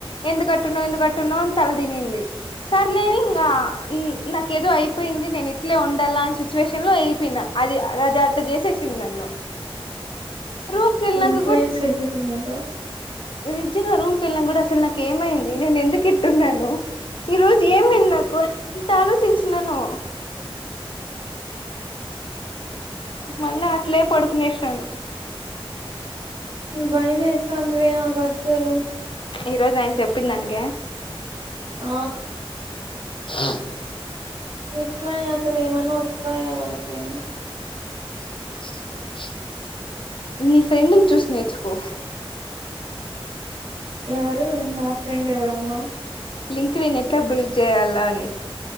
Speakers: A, on the left; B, on the right.
A: ఎందుకట్టున్నా ఎందుకుకట్టున్నావు అని తల తినింది సర్లే నని ఇంకా నాకు ఏదో అయిపోయింది నేను ఇట్లే ఉంటా అని సిచువేషన్ లో వెళ్ళపోయిన అది అ అది అ చేసేసింది నన్ను రూమ్ కి వెళ్ళినాక
B: ఇన్ఫ్లుయెన్స్
A: కూడా
B: చేసే సినిమాల
A: నిజంగా రూమ్ కి వెళ్ళనాక కూడా అసలు నాకు ఏమైంది నేను ఎందుకిట్టున్నాను ఈ రోజు ఏమైంది నాకు ఎంత ఆలోచించినానో మళ్ళీ అట్లే పడుకునేసినాను
B: భయమేస్తాంధివే నాకు అస్సలు
A: ఈ రోజు ఆయన చెప్పిందానికా
B: ఆ
A: ఆ
B: ఎట్లనె అసలు ఏమన్నా వస్తాయా మనకి
A: <inaudible> నీ ఫ్రెండ్ని చూసి నేర్చుకో
B: ఎవరు నా ఫ్రెండ్ ఎవరమ్మా
A: లింక్డిన్ ఎట్లా బిల్డ్ చేయాలా అని